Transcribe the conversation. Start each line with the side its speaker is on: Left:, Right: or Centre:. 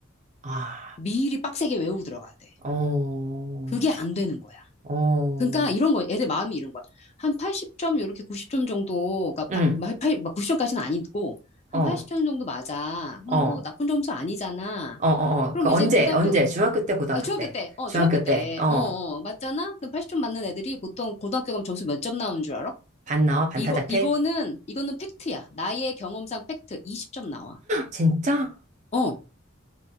Right: 아,
Left: 미리 빡세게 외우고 들어가야 돼.
Right: 어,
Left: 그게 안 되는 거야.
Right: 어,
Left: 그러니까 이런 거 애들 마음이 이런 거야. 한 80점 이렇게 90점 정도 그러니까
Right: 음,
Left: 파, 8, 90점까지는 아니고 한
Right: 어, 어,
Left: 80점 정도 맞아. 그럼
Right: 어,
Left: 뭐 나쁜 점수 아니잖아.
Right: 어, 어,
Left: 그럼
Right: 그 언제,
Left: 이제 고등학교
Right: 언제? 중학교 때, 고등학교
Left: 아, 중학교
Right: 때,
Left: 때, 어,
Right: 중학교
Left: 중학교 때,
Right: 때, 어,
Left: 어, 어, 맞잖아? 그럼 80점 맞는 애들이 보통 고등학교 가면 점수 몇 점 나오는 줄 알아?
Right: 반 나와, 반
Left: 이거,
Right: 타작해?
Left: 이거는, 이거는 팩트야. 나의 경험상 팩트 20점 나와.
Right: 진짜?
Left: 어,